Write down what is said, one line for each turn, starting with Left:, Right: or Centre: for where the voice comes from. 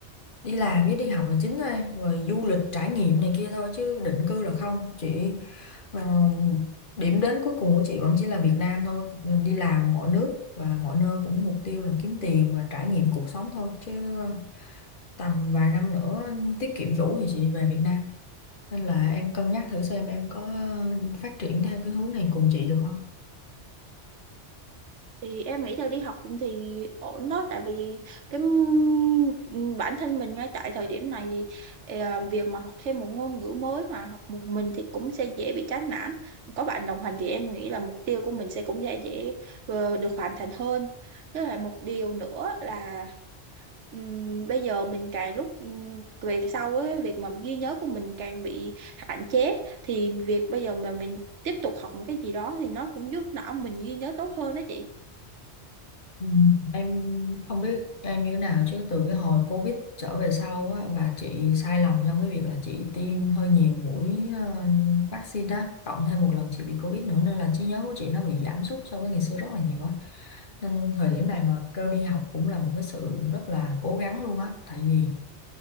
Left: đi làm với đi học là chính thôi em rồi du lịch trải nghiệm này kia thôi chứ định cư là không chị ờ, điểm đến cuối cùng của chị vẫn chỉ là Việt Nam thôi Ờ, đi làm mọi nước và mọi nơi cũng mục tiêu là kiếm tiền và trải nghiệm cuộc sống thôi chứ ờ, tầm vài năm nữa tiết kiệm đủ thì chị về Việt Nam nên là em cân nhắc thử xem em có phát triển theo cái hướng này cùng chị được không
Right: thì em nghĩ là đi học thì ổn đó tại vì cái m- bản thân mình ngay tại thời điểm này thì ờ, việc mà học thêm một ngôn ngữ mới mà học một mình thì cũng sẽ dễ bị chán nản có bạn đồng hành thì em nghĩ là mục tiêu của mình sẽ cũng sẽ dễ ờ, được hoàn thành hơn với lại một điều nữa là ừm, bây giờ mình càng lúc ừm, về sau ấy việc mà ghi nhớ của mình càng bị hạn chế thì việc bây giờ mà mình tiếp tục học một cái gì đó thì nó cũng giúp não mình ghi nhớ tốt hơn đó chị
Left: Ừ, Em không biết em như thế nào chứ từ cái hồi Covid trở về sau á, và chị sai lầm trong cái việc là chị tiêm hơi nhiều mũi ờ, vaccine đó cộng thêm một lần chị bị Covid nữa nên là trí nhớ của chị nó bị giảm sút so với ngày xưa rất là nhiều á nên thời điểm này mà kêu đi học cũng là một cái sự rất là cố gắng luôn á tại vì